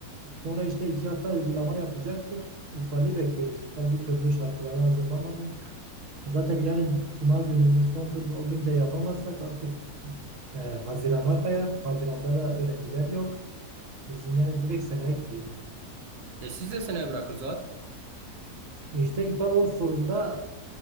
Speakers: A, on the right; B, on the right.
A: sonra işte iki hafta uygulama yapacaktık. İkbal'i bekliyoruz. İkbal bir türlü şarkıları hazırlamadı. Zaten yarın Cuma günümüzün sondur. O gün de yapamazsak artık e, Haziran'a kayar. Haziran'da da öğrenciler yok. Bizim yani direkt seneye gidiyor.
B: E siz de seneye bırakın Zuhat.
A: İşte İkbal o forumda